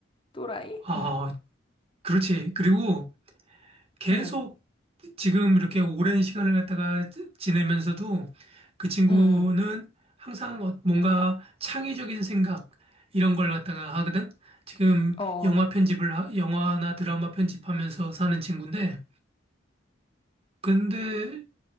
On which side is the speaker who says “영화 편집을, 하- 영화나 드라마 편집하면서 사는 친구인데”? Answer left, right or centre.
Right